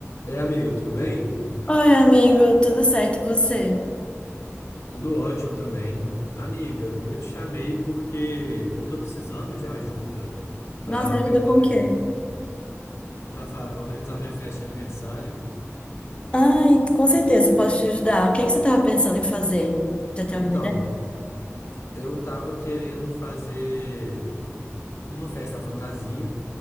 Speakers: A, on the left (about 60°); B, on the left (about 25°).
A: É, amiga, tudo bem?
B: Oi, amigo, tudo certo? E você?
A: Tudo ótimo também. Amiga, eu te chamei porque eu tô precisando de ajuda para
B: Nossa, ajuda
A: organizar
B: com
A: minha,
B: o quê?
A: pra fa- organizar minha festa de aniversário.
B: Ai, com certeza posso te ajudar. O que que você estava pensando em fazer? Já tem
A: Então,
B: alguma ideia?
A: eu tava querendo fazer uma festa fantasia,